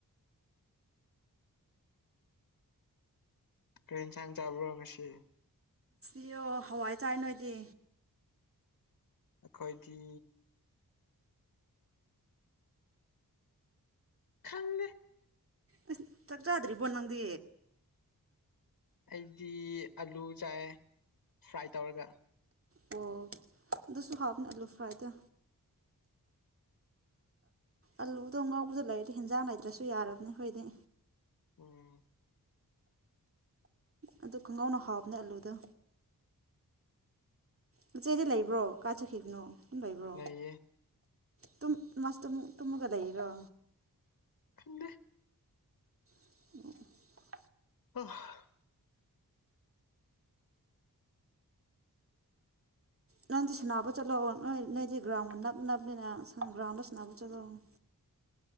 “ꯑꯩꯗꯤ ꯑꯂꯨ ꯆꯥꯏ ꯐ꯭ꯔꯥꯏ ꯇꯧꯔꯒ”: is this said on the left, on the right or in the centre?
Left